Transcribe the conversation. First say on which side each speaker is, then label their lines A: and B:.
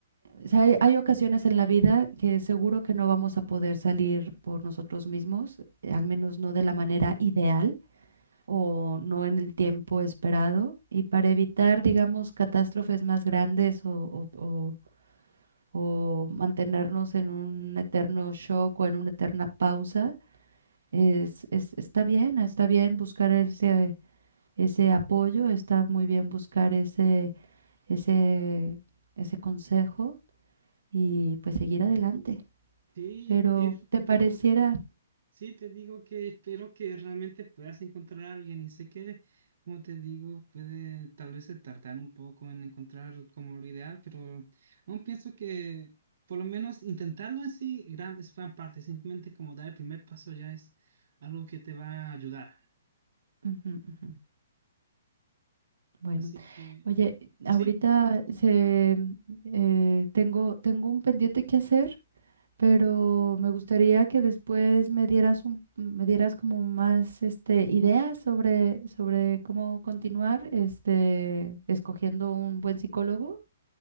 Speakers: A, on the right; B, on the right.
A: O sea, hay, hay ocasiones en la vida que seguro que no vamos a poder salir por nosotros mismos, eh, al menos no de la manera ideal o no en el tiempo esperado. Y para evitar, digamos, catástrofes más grandes o, o- o- o mantenernos en un eterno shock o en una eterna pausa, es, es- está bien, está bien buscar ese, ese apoyo, está muy bien buscar ese, ese, ese consejo y pues seguir adelante.
B: Sí,
A: pero
B: es, peer-
A: te pareciera...
B: pe- ¿cómo Sí, te digo que espero que realmente puedas encontrar a alguien y sé que, como te digo, puede tal vez se tardar un poco en encontrar como lo ideal, pero aún pienso que por lo menos intentarlo en sí gran, es gran parte, simplemente como dar el primer paso ya es algo que te va a ayudar.
A: Ujú, ujú. Bueno,
B: Así que,
A: oye, ahorita
B: sí,
A: se, eh, tengo, tengo un pendiente que hacer, pero me gustaría que después me dieras un, me dieras como más este, ideas sobre, sobre cómo continuar este, escogiendo un buen psicólogo